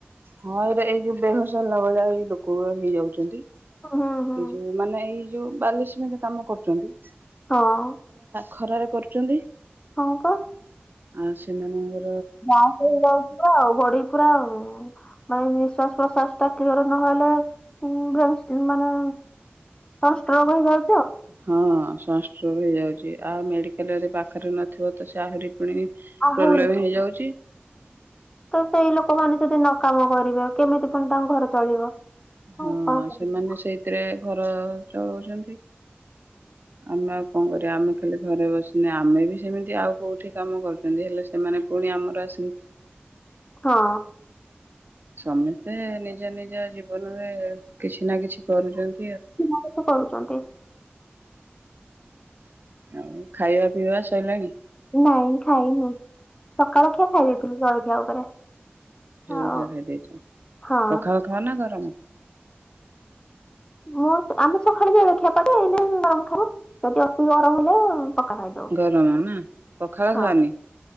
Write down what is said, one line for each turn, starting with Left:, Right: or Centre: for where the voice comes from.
Right: ହଁ ଏଇଟ ଏଇ ଯୋଉ ବେହୋସ ହେଲା ଭଳିଆ ଏଇ ଲୋକ ହେଇଯାଉଚନ୍ତି ।
Left: ହୁଁ ହୁଁ।
Right: ଏଇ ଯଉ ମାନେ ଏଇ ଯଉ ବାଲି ସିମେଣ୍ଟ କାମ କରୁଚନ୍ତି ।
Left: ହଁ ।
Right: ଖରାରେ କରୁଚନ୍ତି।
Left: କଣ କ
Right: ଆଉ ସେମାନଙ୍କ
Left: ଗାଁକୁ ଯାଉଥିବ ଆଉ ବଡି ପୁରା ମାନେ ନିଶ୍ଵାସ ପ୍ରଶ୍ଵାସ ଟା କ୍ଲିୟର ନହେଲେ ଉ ମାନେ ସଂଷ୍ଟ୍ରୋକ ହେଇଯାଉଚି।
Right: ହଁ। ସଂଷ୍ଟ୍ରକ ହେଇଯାଉଚି। ଆଉ ମେଡ଼ିକାଲ ଯଦି ପାଖରେ ନଥିବ ତ ସେ ଆହୁରି ପୁଣି
Left: ଆହୁରି
Right: ପ୍ରୋବ୍ଲେମ
Left: ଖ
Right: ହେଇଯାଉଛି
Left: ତ ସେଇ ଲୋକମାନେ ଯଦି ନ କାମ କରିବେ କେମିତି ପୁଣି ତାଙ୍କ ଘର ଚଳିବ?
Right: ହଁ
Left: କଣ କରିବି
Right: ସେମାନେ ସେଇଥିରେ ଘର ଚଲଉଛନ୍ତି। ଆମେ ଆଉ କଣ କରିବା ଆମେ ଖାଲି ଘରେ ବସିନି ଆମେ ବି ସେମିତି ଆଉ କୋଉଠି କାମ କରୁଚନ୍ତି ହେଲେ ସେମାନେ ପୁଣି ଆମର ଆସ
Left: ହଁ।
Right: ସମସ୍ତେ ନିଜ ନିଜ ଜୀବନରେ କିଛି ନା କିଛି କରୁଚନ୍ତି।
Left: <unintelligible> କରୁଛନ୍ତି।
Right: ଆଉ ଖାଇବା ପିଇବା ସରିଲାଣି?
Left: ନାଇଁ ଖାଇନୁ। ସକାଳ ଖିଆ ଖାଇ ଦେଇଥିଲୁ ଜଳଖିଆଉ। ଉପରେ
Right: ଜଳଖିଆ
Left: ଆଉ
Right: ଖାଇ ଦେଇଚ।
Left: ହଁ
Right: ପଖାଳ ଖାଅ ନା ଗରମ?
Left: ମୁଁ ଆମେ ସକାଳେ ଜଳଖିଆ ପଡ଼େ। ଏଇଲେ ଗରମ ଖାଇବ, ଏବେ ଅତି ଗରମ ହେଲେ ପକା ଖାଇଦଉ
Right: ଗରମ ନା ପଖାଳ
Left: ହଁ
Right: ଖାଅନି?